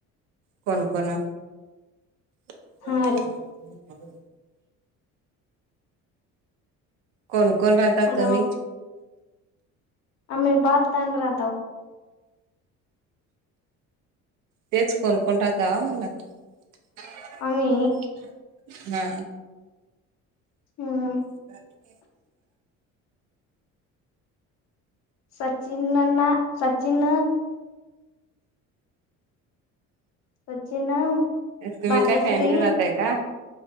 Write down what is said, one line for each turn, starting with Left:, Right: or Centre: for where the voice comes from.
Right: कोण, कोण? <unintelligible>
Left: हा रे
Right: कोण, कोण राहता
Left: हॅलो
Right: तुम्ही?
Left: आम्ही <unintelligible> राहताव.
Right: तेच कोण, कोण राहतवा म्हणल? <unintelligible>
Left: आम्ही
Right: हा
Left: हम्म.
Right: <unintelligible>
Left: सचिन नाना, सचिन. सचिन.
Right: तुम्ही
Left: भाग्यश्री
Right: काय, फॅमिली राहताय का?